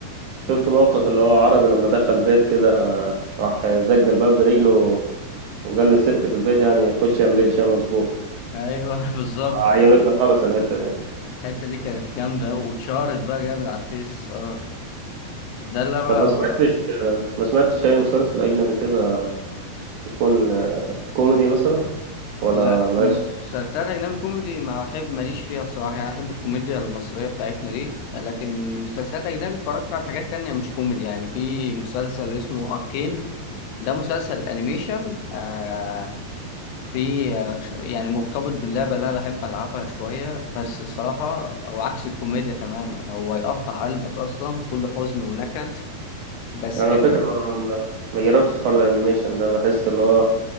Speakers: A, on the right; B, on the left.
A: شفت موقف اللي هو عربي لما دخل بيت كده آه، راح زق الباب برجله وقال للست في البيت يعني خش اعملي لي شاي مظبوط
B: أيوه <laughs> بالظبط
A: عجبتني خالص الحتة دي
B: الحتة دي كانت جامدة واتشهرت بقى جامد على الفيس اه ده اللي أنا
A: طب ما سمعتش
B: ب-
A: ما سمعتش أي مسلسل أجنبي كده يكون آه، كوميدي مثلا ولا
B: لا
A: مالكش
B: مسلسلات أجنبي كوميدي ما أحب ماليش فيها بصراحة يعني أنا أحب الكوميديا المصرية بتاعتنا دي لكن مسلسلات أجنبي اتفرجت على حاجات تانية مش كوميدي يعني في مسلسل اسمه أركين ده مسلسل أنيميشن آه في آه، ش- يعني مرتبط باللعبة اللي أنا بحب ألعبها شوية بس الصراحة هو عكس الكوميديا تماما هو يقطع قلبك أصلا كله حزن ونكد بس
A: أنا
B: كان
A: الفكرة ما ما جربتش حوار الأنيميشن ده بحس اللي هو